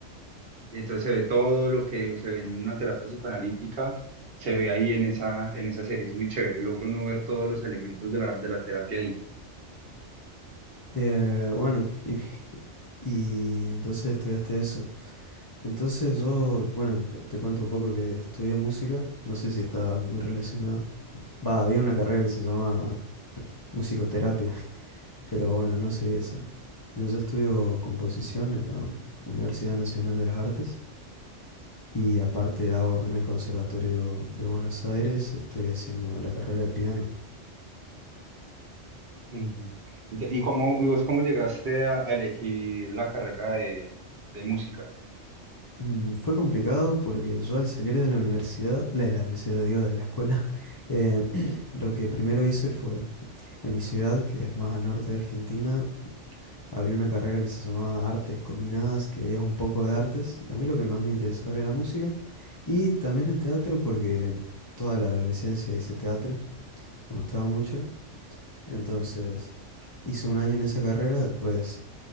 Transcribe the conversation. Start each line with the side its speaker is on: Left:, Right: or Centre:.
Right: Y entonces se ve todo lo que se ve en una terapia psicoanalítica, se ve ahí en esa, en esa serie, es muy chévere, logra uno ver todos los elementos de la, de la terapia ahí.
Left: Eh, bueno, y, <laughs> y entonces estudiaste eso. Entonces yo, bueno, te cuento un poco que estudié música, no sé si está muy relacionada. Va, había una carrera que se llama musicoterapia, <laughs> pero bueno, no sé esa. No, yo estudio composición en la Universidad Nacional de las Artes y aparte hago en el Conservatorio de Buenos Aires, estoy haciendo la carrera de piano.
Right: Ujú. Ente- ¿Y cómo, y vos cómo llegaste a, a elegir la carrera de, de música?
Left: Mm, Fue complicado porque yo al salir de la universidad, de la universidad, digo, de la escuela, <laughs> eh, <clears throat> lo que primero hice fue, en mi ciudad, que es más al norte de Argentina, había una carrera que se llamaba Artes Combinadas, que es un poco de artes, y a mí lo que más me interesaba era la música, y también el teatro, porque toda la adolescencia hice teatro, me gustaba mucho, entonces hice un año en esa carrera, después